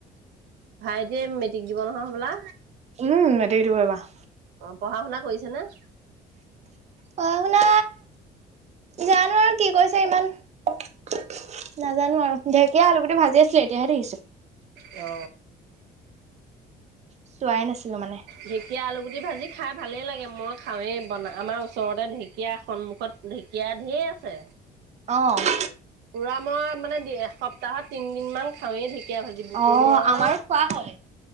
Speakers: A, on the right (about 75°); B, on the right (about 40°).
A: ভাইটি মেট্ৰিক দিব নহয় হ'বলা?
B: উম, মেট্ৰিক দিব এইবাৰ।
A: অ, পঢ়া-শুনা কৰিছে নে?
B: পঢ়া শুনা, জানো আৰু কি কৰিছে ইমান নাজানো আৰু ঢেকীয়া, আলুগুটি ভাজি আছিলে, এতিয়াহে দেখিছো।
A: অ।
B: চোৱাই নাছিলো মানে।
A: ঢেকীয়া আলুগুটি ভাজি খাই ভালেই লাগে, মই খাওঁৱেই বনা আমাৰ ওচৰতে ঢেকীয়া সন্মুখত। ঢেঁকীয়া ঢেই আছে।
B: অ
A: উৰা মই মানে এসপ্তাহত তিনদিন মান খাওঁয়ে ঢে ঢেকীয়া ভাজি বুটলো
B: অ',
A: আৰু,
B: আমাৰো খোৱা হয়।